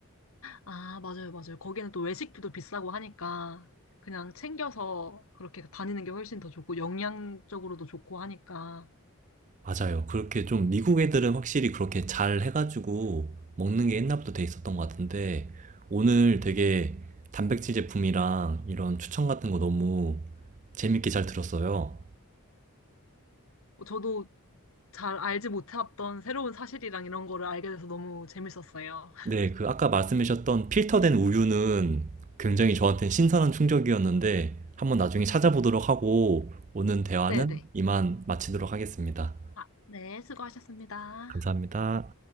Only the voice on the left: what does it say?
아, 맞아요, 맞아요. 거기는 또 외식비도 비싸고 하니까 그냥 챙겨서 그렇게 다니는 게 훨씬 더 좋고 영양적으로도 좋고 하니까.
어, 저도 잘 알지 못했던 새로운 사실이랑 이런 거를 알게 돼서 너무 재밌었어요. <laughs>
네네.
아, 네, 수고하셨습니다.